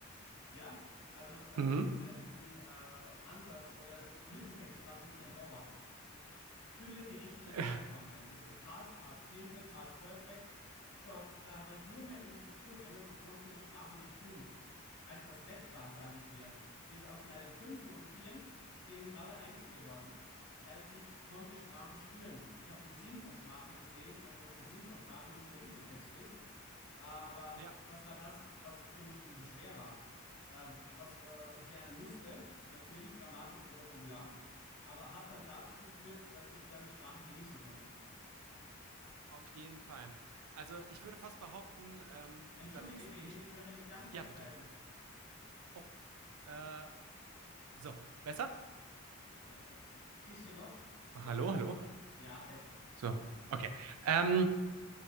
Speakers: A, on the left (about 55°); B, on the right (about 85°).
A: ja, also äh,
B: Mhm.
A: diese, diesen äh, Ansatz oder Lückentexte waren für mich ein Horror. Fülle die richtige
B: <laughs>
A: Zeitform ein. Ist es past, past simple, past perfect? So, da war ich nur mehr in der Struktur drinnen und konnte die Sprache nicht fühlen. Als das weg war, sage ich dir, ist aus meinen Fünfen und Vieren sind lauter Einsen geworden, weil ich konnte Sprache spüren. Ich habe den Sinn von Sprache gesehen und dass der Sinn von Sprache nicht der Lückentext ist, äh, aber
B: Ja.
A: das war das, was für mich eben so schwer war. Äh, was äh, ich lernen musste, natürlich Grammatik und Vokabular, aber hat dann dazu geführt, dass ich dann Sprache genießen konnte.
B: Auf jeden Fall. Also ich würde fast behaupten, ähm,
A: Entschuldige,
B: dann ist
A: Behin,
B: nicht.
A: ich höre dich ganz,
B: Ja,
A: ganz
B: bitte.
A: leise.
B: Oh. Äh, so, besser?
A: Äh, ein bisschen noch?
B: Hallo, hallo.
A: Ja, besser.
B: So, okay. Ähm,